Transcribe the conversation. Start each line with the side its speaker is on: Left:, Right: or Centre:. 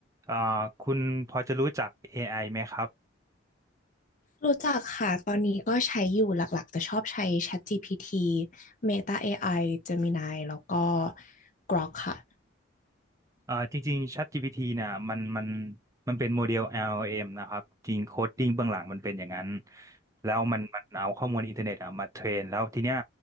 Right: เอ่อคุณพอจะรู้จัก AI ไอไหมครับ
Left: รู้จักค่ะตอนนี้ก็ใช้อยู่หลักๆจะชอบใช้ ChatGPT Meta AI Gemini แล้วก็ Grok ค่ะ
Right: เอ่อจริงๆ ChatGPT เนี่ยมันมันมันเป็นโมเดล LLM นะครับจริงโคดดิ้งเบื้องหลังมันเป็นอย่างนั้นแล้วมันมันเอาข้อมูลอินเทอร์เน็ตอะมาเทรนแล้วทีเนี้ย